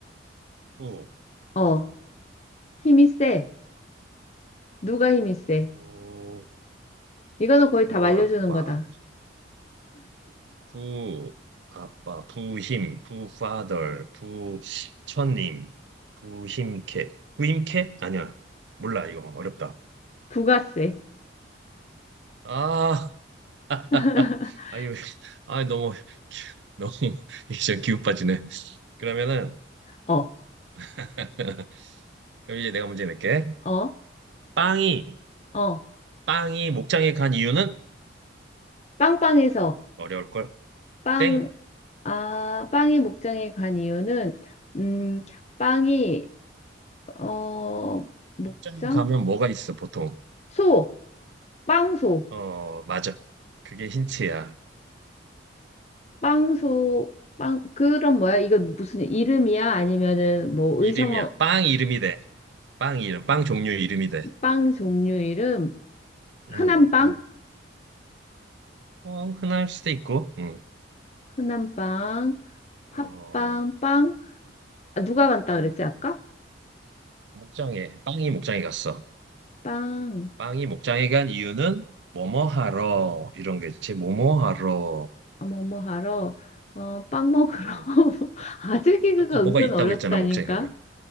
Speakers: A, on the right (about 70°); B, on the left (about 35°).
A: 부,
B: 어, 힘이 세. 누가 힘이 세?
A: 부,
B: 이거는 거의
A: 부아빠,
B: 다 말려주는 거다.
A: 부, 아빠, 부힘, 부파덜, 부처님, 부힘캐. 부힘캐? 아니야. 몰라, 이거 어렵다.
B: 부가 세.
A: 아, <laughs>
B: <laughs>
A: 아유, 아 너무, 너무, <laughs> 이제 기운 빠지네. 그러면은,
B: 어,
A: <laughs> 그럼 이제 내가 문제 낼게.
B: 어,
A: 빵이,
B: 어.
A: 빵이 목장에 간 이유는?
B: 빵빵해서
A: 어려울걸?
B: 빵,
A: 땡.
B: 아, 빵이 목장에 간 이유는 음, 빵이 어, 목장?
A: 목장에 가면 뭐가 있어, 보통?
B: 소, 빵소,
A: 어, 맞아. 그게 힌트야.
B: 빵소, 빵 그럼 뭐야? 이거 무슨 이름이야? 아니면은 뭐
A: 이름이야.
B: 의성어
A: 빵 이름이 돼. 빵 이름, 빵 종류 이름이 돼.
B: 빵 종류 이름? 흔한
A: 음,
B: 빵?
A: 음. 어, 흔할 수도 있고, 음.
B: 흔한빵, 팥빵,
A: 어,
B: 빵. 아, 누가 간다
A: 음.
B: 그랬지 아까?
A: 목장에, 빵이 목장에 갔어.
B: 빵.
A: 빵이 목장에 간 이유는 뭐뭐 하러, 이런 거지 뭐뭐 하러.
B: 어, 뭐뭐 하러? 어, 빵 먹으러.
A: 음.
B: <laughs>
A: 아,
B: 아재 개그가
A: 아까
B: 은근
A: 뭐가 있다고
B: 어렵다니까.
A: 했잖아, 목장에 가면.